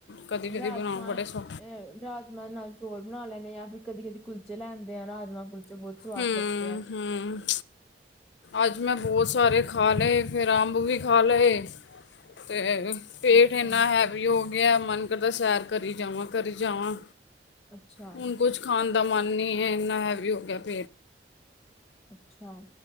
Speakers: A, on the left; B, in the centre.
A: ਕਦੀ ਕਦੀ
B: ਰਾਜਮਾਂ
A: ਬਣਾਓ ਬੜੇ ਸੌ
B: ਅ ਰਾਜਮਾਂ ਨਾਲ ਚੋਲ ਬਣਾ ਲੈਣੇ ਆ ਫਿਰ ਕਦੀ ਕਦੀ ਕੁਲਚੇ ਲੈਂਦੇ ਆ ਰਾਜਮਾਂ ਕੁਲਚੇ <unintelligible> ਬਹੁਤ ਸਵਾਦ
A: ਹੂੰ
B: ਲੱਗਦੇ ਹੈ,
A: ਹੂੰ ਅੱਜ ਮੈਂ ਬਹੁਤ ਸਾਰੇ ਖਾ ਲਏ ਫਿਰ ਅੰਬ ਵੀ ਖਾ ਲਏ <unintelligible> ਪੇਟ
B: ਅੱਛਾ।
A: ਇੰਨਾ ਹੈਵੀ ਹੋ ਗਿਆ ਮਨ ਸੈਰ ਕਰੀ ਜਾਵਾਂ ਕਰੀ ਜਾਵਾਂ,
B: ਅੱਛਾ,
A: ਹੁਣ ਕੁਝ ਖਾਂਣ, ਦਾ ਮਨ ਨੀ ਹੈ ਇੰਨਾ ਹੈਵੀ ਹੋ ਗਿਆ। <inaudible>
B: ਅੱਛਾ,